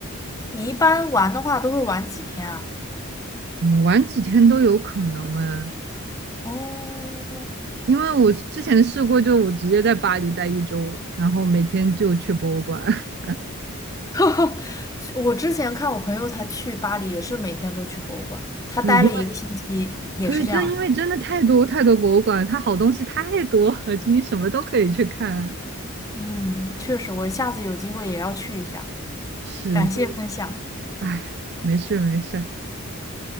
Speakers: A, on the left (about 15°); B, on the right (about 45°).
A: 你一般玩的话都会玩几天啊？
B: 嗯，玩几天都有可能哎，
A: 哦，
B: 因为我之前试过，就我直接在巴黎待一周，然后每天就去博物馆。<laughs>
A: <laughs> 我之前看我朋友他去巴黎也是每天都去博物馆，他待了一个星期也是这样的。
B: 对，因为对，正因为真的太多太多博物馆，它好东西太多了，就你什么都可以去看。
A: 嗯，确实，我下次有机会也要去一下。
B: 是，
A: 感谢分享，
B: 真的，哎，没事没事，